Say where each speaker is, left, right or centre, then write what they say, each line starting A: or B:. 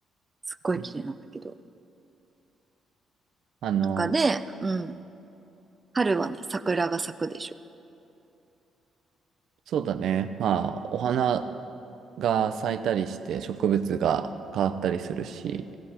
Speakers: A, on the right (about 25°); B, on the right (about 70°).
A: すっごい綺麗なんだけど、
B: う。あの、
A: とかで、うん。春はね、桜が咲くでしょ。
B: そうだね。まあ、お花が咲いたりして植物が変わったりするし、